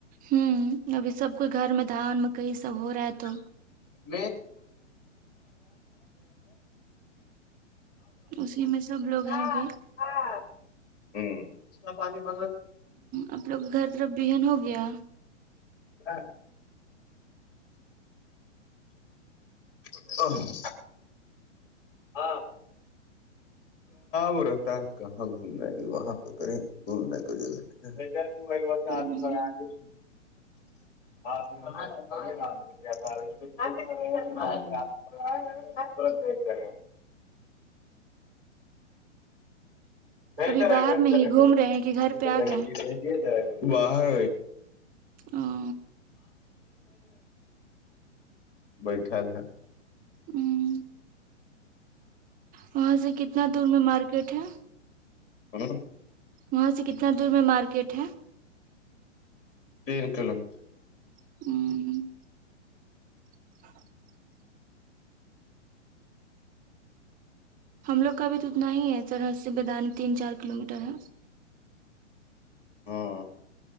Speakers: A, on the right (about 20°); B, on the left (about 45°).
A: ہوں ابھی سب کوئی گھر میں دھان مکئی سب ہو رہا ہے
B: <unintelligible>
A: تو اسی میں سب لوگ ہیں
B: ہاں
A: ابھی
B: اس کا پانی بن
A: آپ لوگ کے گھر طرف بیہن ہو گیا
B: دھان <unintelligible> <unintelligible> ہاں وہ رہتا ہے کہاں گھومنے کے وہاں پہ کہیں گھومنے کی جگہ مبائل و
A: ہوں،
B: آد لگا س آ <unintelligible> <unintelligible> بہتر
A: ابھی باہر
B: ہے بہتر
A: میں ہی
B: ہے
A: گھوم
B: بر
A: رہے ہیں کہ گھر پہ
B: توجج
A: آ گئے
B: باہر
A: ہاں
B: بیٹھل ہے
A: ہوں وہاں سے کتنا دور میں مارکیٹ ہے
B: بےا <inaudible>
A: وہاں سے کتنا دور میں مارکیٹ ہے
B: تین کلو میٹر
A: ہوں <inaudible> ہم لوگ کا بھی تو اتنا ہی ہے سر ہ سے بیدانی تین چار کلو میٹر ہے
B: ہوں